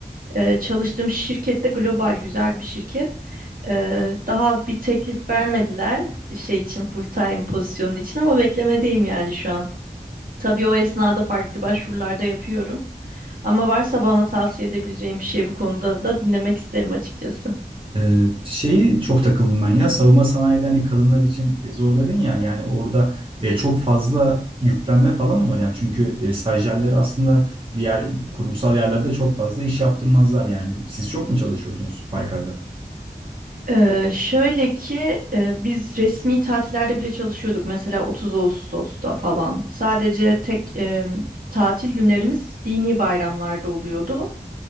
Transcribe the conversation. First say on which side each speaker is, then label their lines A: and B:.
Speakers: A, on the right; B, on the right.
A: E, çalıştığım şirkette global güzel bir şirket. E, daha bir teklif vermediler şey için full-time pozisyonu için ama beklemedeyim yani şu an. Tabii o esnada farklı başvurularda yapıyorum. Ama varsa bana tavsiye edebileceğin bir şey bu konuda da dinlemek isterim açıkçası.
B: Ee, şeyi çok takıldım ben ya savunma sanayide hani kadınlar için e, zor dedin ya yani orada e, çok fazla yüklenme falan mı var yani çünkü e, stajyerleri aslında diğer kurumsal yerlerde çok fazla iş yaptırmazlar yani siz çok mu çalışıyordunuz Baykar'da?
A: Ee, şöyle ki e, biz resmi tatillerde bile çalışıyorduk mesela 30 Ağustos'ta falan. Sadece tek e, tatil günlerimiz dini bayramlarda oluyordu.